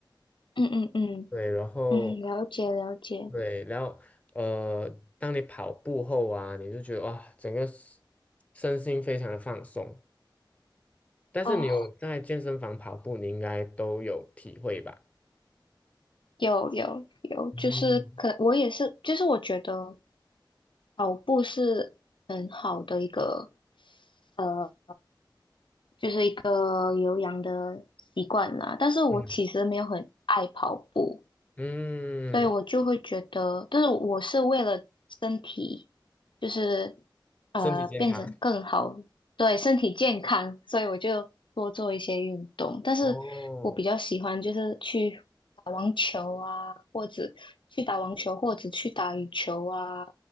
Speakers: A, on the left; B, on the left.
A: 嗯嗯嗯
B: 对，然后
A: 嗯，了解了解。
B: 对，然后呃，当你跑步后啊，你就觉得哇，整个身身心非常的放松。但是你有在健身房跑步，
A: 哦，
B: 你应该都有体会吧？
A: 有有有，就是可我也是，
B: 嗯
A: 就是我觉得跑步是很好的一个，呃，就是一个有氧的习惯啦。但是我其实没有很爱跑步。
B: 嗯嗯，
A: 所以我就会觉得，但是我是为了身体，就是呃变成更好，
B: 身体健康
A: 对身体健康，所以我就多做一些运动。但是我比较喜欢就是去打网球啊，
B: 哦。
A: 或者去打网球，或者去打羽球啊